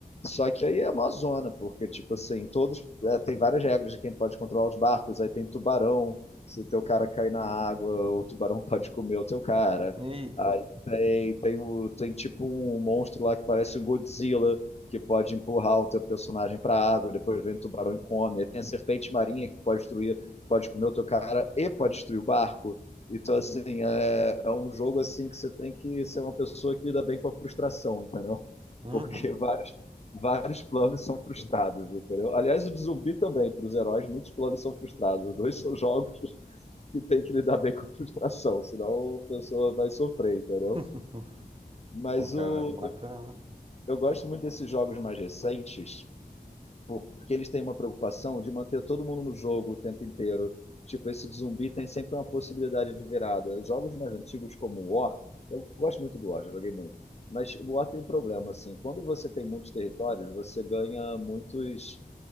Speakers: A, on the left (about 40°); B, on the right (about 30°).
A: Só que aí é uma zona, porque tipo assim, todos é, tem várias regras de quem pode controlar os barcos, aí tem tubarão, se o teu cara cair na água, o tubarão <laughs> pode comer o teu cara.
B: Eita.
A: Aí tem tem, o, tem tipo um monstro lá que parece um Godzilla. Que pode empurrar o teu personagem para a água, depois vem o tubarão e come. Aí tem a serpente marinha que pode destruir pode comer o teu cara e pode destruir o barco. Então, assim, é, é um jogo assim que você tem que ser uma pessoa que lida bem com a frustração, entendeu?
B: Uhum.
A: Porque vários, vários planos são frustrados, entendeu? Aliás, o de zumbi também, para os heróis, muitos planos são frustrados. Os dois são jogos <laughs> que tem que lidar bem com a frustração, senão a pessoa vai sofrer, entendeu?
B: <laughs>
A: Mas
B: Pô, cara,
A: o,
B: bacana.
A: eu gosto muito desses jogos mais recentes, porque eles têm uma preocupação de manter todo mundo no jogo o tempo inteiro. Tipo, esse de zumbi tem sempre uma possibilidade de virada. Jogos mais antigos como o War, eu gosto muito do War, já joguei muito. Mas o War tem um problema, assim. Quando você tem muitos territórios, você ganha muitos